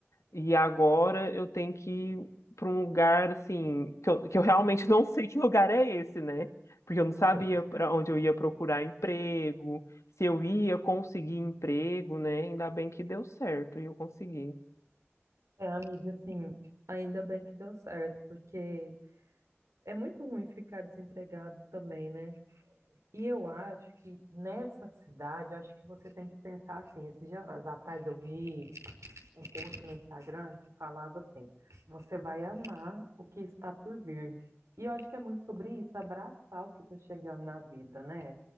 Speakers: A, on the left; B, on the right.
A: e agora eu tenho que ir para um lugar, assim, que eu, que eu realmente não <laughs> sei que lugar é esse, né? Porque eu não sabia
B: <laughs>
A: para onde eu ia procurar emprego, se eu ia conseguir emprego, né? Ainda bem que deu certo e eu consegui.
B: É, amiga, assim, ainda bem que deu certo, porque é muito ruim ficar desempregado também, né? E eu acho que nessa cidade, eu acho que você tem que pensar assim. Esses dias atrás eu vi. um post no Instagram que falava assim: você vai amar o que está por vir. E eu acho que é muito sobre isso, abraçar o que está chegando na vida, né?